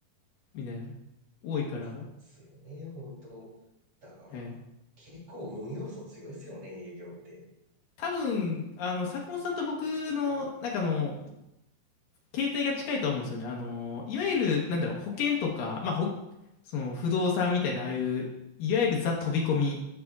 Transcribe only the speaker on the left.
みたいな、多いから、
ええ
多分、あの、坂本さんと僕の、なんかあの、携帯が近いと思うんですよね。あのいわゆる、なんだろう、保険とか、まあ、ほ、その不動産みたいな、ああいう、いわゆるザ飛び込み、